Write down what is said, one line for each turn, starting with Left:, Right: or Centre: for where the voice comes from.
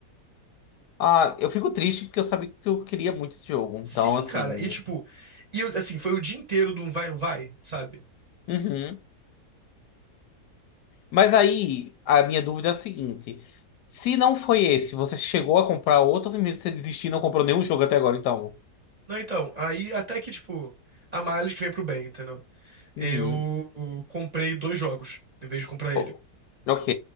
Left: Ah, eu fico triste porque eu sabia que tu queria muito esse jogo. Então,
Right: Sim,
Left: assim...
Right: cara, e tipo, e eu, assim, foi o dia inteiro do um vai, não vai, sabe?
Left: uhum. Mas aí, a minha dúvida é a seguinte: se não foi esse, você chegou a comprar outros e mesmo você desistiu e não comprou nenhum jogo até agora, então?
Right: Não, então, aí até que, tipo, a males que vem pro bem, entendeu? Eu
Left: Uhum.
Right: comprei dois jogos, em vez de comprar ele.
Left: O- Ok.